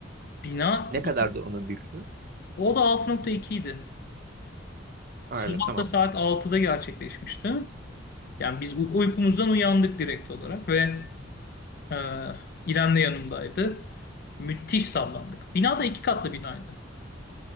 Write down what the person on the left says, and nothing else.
Bina
iki
O da 6.2 idi.
Sabah
da saat altıda gerçekleşmişti. Yani biz u- uykumuzdan uyandık direkt olarak ve e, İrem de yanımdaydı. Müthiş sallandık. Bina da iki katlı binaydı.